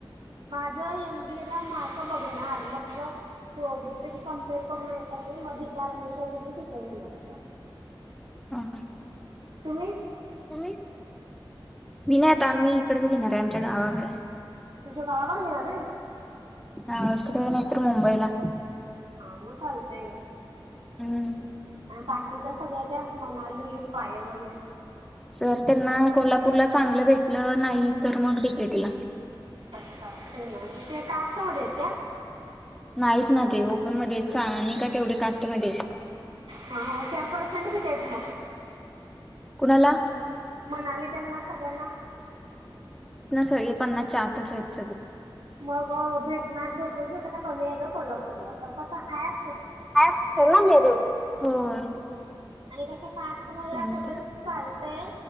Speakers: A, on the right; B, in the centre.
A: माझं एम बी ए ला मार्क बघणार, म ग दोगी पेकी कॅम्पेर करून हाय काय नई, मग जीत <unintelligible> अ‍ॅडमिशन भेटेल तिथ घेणाराय गं.
B: हा हा.
A: तुम्ही?
B: तुम्ही, मी नई आता मी हिकडचं घेणार आय आमच्या गावाकड
A: तुमच्या गावाकडं घेणार <unintelligible>
B: गावाकडं नाही तर मुंबईला
A: हा मग चालतंय य
B: हम्म.
A: आन बाकीच्या स सगळ्या त्या मनाली, पायल वगैरे
B: सर त्यांना कोल्हापूरला चांगलं भेटलं नाही, तर मग डी के टी ला
A: अच्छा! <unintelligible> ते कास्टमध्ये येत्या
B: नाहीच ना ते ओपन मध्येत, सानिका तेवढी कास्टमधे ये
A: हा हा तिला परसेंट किती हायत मग?
B: कुणाला?
A: मनाली त्यांना सगळ्यांना
B: सग पणनाच्या आतच आहेत सग
A: मग भेट भेटण्याची कमी आहे ग कोल्हापूरला तर कस हा
B: हाय असते ना मेरीट होय.
A: आणि कसं? कास्ट मध्ये
B: त्याने
A: असं तरी चालतय